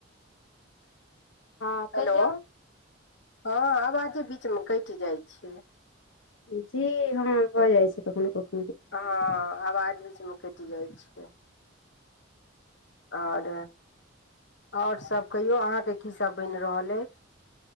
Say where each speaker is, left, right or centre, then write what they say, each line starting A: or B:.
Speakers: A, on the left; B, on the left.
A: हँ
B: हेलो
A: कहियौ
B: हँ अवाजे बीचमे कइट जाइ छै।
A: जी हँ भऽ जाइ छै कखनो-कख
B: हँ अवाज बीच में कइट जाइ छै। और और सब कहियौ अहाँके की सब बैन रहल अइछ?